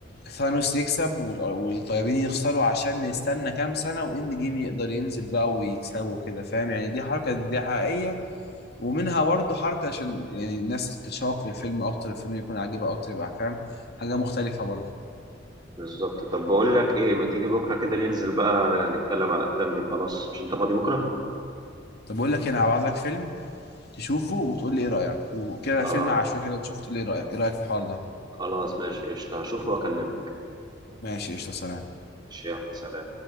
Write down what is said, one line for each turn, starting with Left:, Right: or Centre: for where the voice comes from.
Left: ثانوس يكسب وال- والطيبين يخسروا عشان نستنى كام سنة واند جيم يقدر ينزل بقى ويكسبوا كده فاهم يعني دي حركة دي حقيقية ومنها برضه حركة عشان يعني الناس تتشوق في الفيلم أكتر الفيلم يكون عاجبها أكتر يبقى فاهم حاجة مختلفة برضه
Right: بالظبط طب بقول لك ايه ما تيجي بكره كده ننزل بقى نتكلم على الافلام دي وخلاص مش انت فاضي بكره؟
Left: طب بقول لك إيه، أنا هبعت لك فيلم تشوفه وتقول لي إيه رأيك وكده
Right: آه
Left: فيلم عشوائي كده تشوف تقول لي إيه رأيك إيه رأيك في الحوار ده
Right: خلاص ماشي قشطة هشوفه وأكلمك
Left: ماشي قشطة سلام
Right: ماشي يلا سلام